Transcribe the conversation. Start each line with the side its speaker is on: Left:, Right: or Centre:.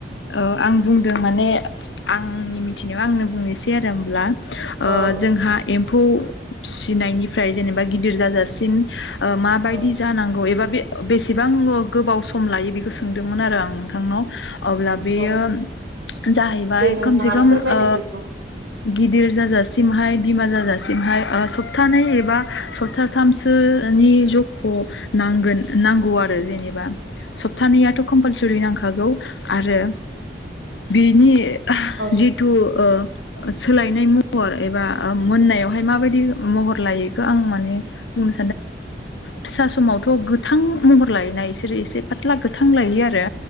Left: औ आं बुंदों माने आंनि मिथिनायाव आंनो बुंनोसै आरो हमब्ला
Right: औ औ
Left: जोंहा एम्फौ फिसिनायनिफ्राय जेनेबा गिदिर जाजासिम ओ माबायदि
Right: औ
Left: जानांगौ एबा बे बेसेबां गोबाव सम लायो बेखौ सोंदोंमोन आरो आं नोंथांनाव? अब्ला बेयो
Right: औ
Left: जाहैबाय
Right: दे नोंथाङानो
Left: खमसे खम
Right: फोरमायदो
Left: ओ
Right: बेखौ
Left: गिदिर जाजासिमहाय बिमा जाजासिमहाय सप्थानै एबा सप्थाथामसो नि जख' नांगोन नांगौ आरो जेनेबा। सप्तानैयाथ' कम्पालसरि नांखागौ आरो बिनि
Right: औ
Left: जिथु ओ सोलायनाय महर एबा मोननायावहाय माबायदि महर लायोखो आं माने बुं <unintelligible> फिसा समावथ' गोथां महर लायोना इसोरो एसे फाथ्ला गोथां लायो आरो